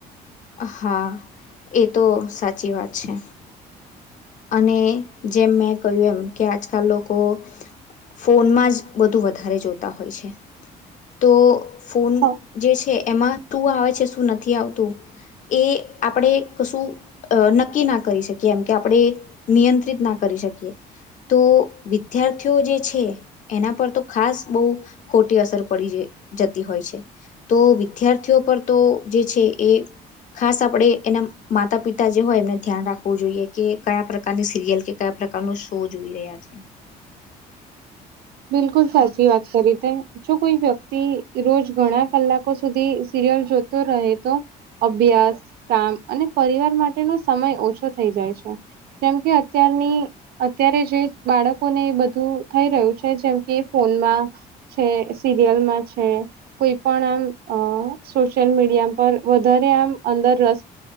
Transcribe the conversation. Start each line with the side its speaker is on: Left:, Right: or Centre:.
Left: હા એ તો સાચી વાત છે. અને જેમ મેં કહ્યું એમ કે આજકાલ લોકો ફોનમાં જ બધું વધારે જોતા હોય છે. તો ફોન
Right: હા
Left: જે છે એમાં શું આવે છે શું નથી આવતું એ આપણેે કશું નક્કી ના કરી શકીએ. કેમ કે આપણે નિયંત્રિત ના કરી શકીએ તો વિદ્યાર્થીઓ જે છે એના પર તો ખાસ બહુ ખોટી અસર પ પડી જતી હોય છે તો વિદ્યાર્થીઓ પર તો જે છે એ ખાસ આપડે એના માતા પિતા જે હોય એમને ધ્યાન રાખવું જોઈએ કે કયા પ્રકારની સિરિયલ કે કયા પ્રકારનો શો જોઈ રહ્યા છે.
Right: <inaudible> બિલકુલ સાચી વાત કરી ત જો કોઈ વ્યક્તિ રોજ ઘણા કલાકો સુધી સિ રીયલ જોતો રહે તો અભ્યાસ, કામ અને પરિવાર માટેનો સમય ઓછો થઈ જાય જાય છે, જેમ કે અત્યારની અત્યારે જે બાળકોને એ બધું થઈ રહ્યું છે. છે જેમ કે ફોનમાં છે સિરિયલમાં છે કોઈ પણ આમ અ સોશિયલ મીડિયા પર વધારે આમ અંદર રસ